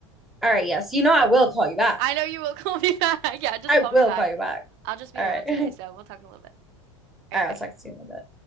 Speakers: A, in the centre; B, on the right.
A: All right, yes. You know I will call you back.
B: I know you will <laughs> call me back. Yeah, just
A: I
B: call
A: will
B: me back.
A: call you back.
B: I'll just be
A: All
B: around
A: right. <laughs>
B: today,
A: All
B: so we'll talk in a little bit. All
A: right,
B: right, bye.
A: I'll talk to you in a bit.